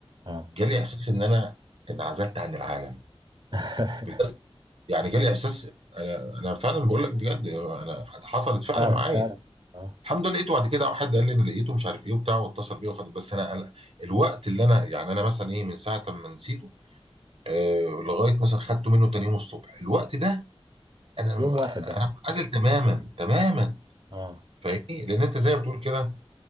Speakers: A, on the right (about 45°); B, on the right (about 65°).
A: اه
B: جالي احساس ان انا انعزلت عن العالم
A: <laughs>
B: بجد يعني جالي احساس انا انا فعلا بقول لك بجد انا حصلت فعلا
A: فعلا
B: معايا
A: فعلا اه
B: الحمد لله لقيته بعد كده واحد قال لي انا لقيته مش عارف ايه وبتاع واتصل بيه وخد بس انا أنا- الوقت اللي انا يعني انا مثلا ايه من ساعه ما نسيته آه لغايه مثلا خدته منه تاني يوم الصبح الوقت ده انا
A: يوم واحد بس
B: انا منعزل تماما تماما
A: اه
B: فاهمني لان انت زي ما بتقول كده